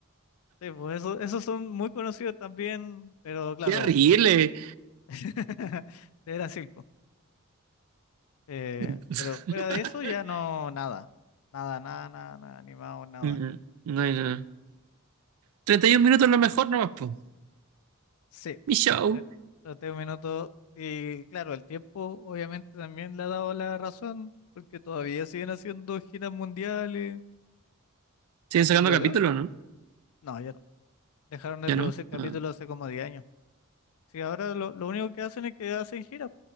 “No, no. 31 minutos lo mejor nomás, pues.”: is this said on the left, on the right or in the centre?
Right